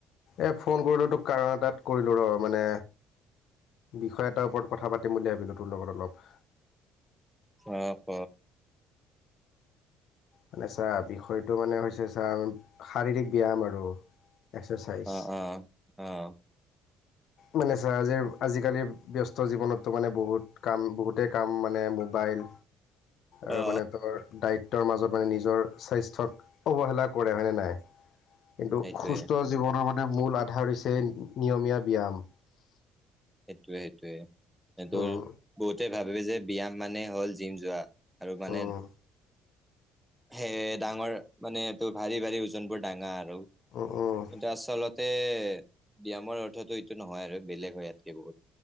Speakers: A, on the left (about 65°); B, in the centre.
A: এই ফোন কৰিলোঁ তোক কাৰণ এটাত কৰিলোঁ ৰ মানে। বিষয় এটাৰ ওপৰত কথা পাতিম বুলি ভাবিলো তোৰ লগত অলপ।
B: হ ক।
A: মানে ছাৰ বিষয়টো মানে হৈছে ছাৰ শাৰীৰিক ব্যায়াম আৰু। এক্সাৰচাইজ
B: অ উ অহ।
A: মানে চ আজ আজিকালিৰ ব্যস্ত জীৱনততো মানে বহুত কাম বহুতেই কাম মানে মোবাইল। আৰু
B: অ
A: মানে দাৰি। তেওঁৰ মাজত মানে নিজৰ স্বাস্থ্যক অৱহেলা কৰে হয়নে নাই। কিন্তু
B: সেইটোৱে
A: সুস্থ জীৱনৰ মানে মূল আধাৰ হৈছে নিয়মীয়া ব্যায়াম।
B: সেইটোোৱে সেইটোয়ে স তোৰ
A: উম
B: বহুতে ভাবে যে ব্যায়াম মানে হ'ল জিম যোৱা। আৰু মানে।
A: উম
B: সে ডাঙৰ মানেটো ভাৰী ভাৰী ওজন বোৰ ডাঙাৰ।
A: উম উম
B: কিন্তু আচলতে ব্যায়ামৰ অৰ্থতো এইটো নহয় আৰু বেলেগ হয় ইাত। কি বহুত।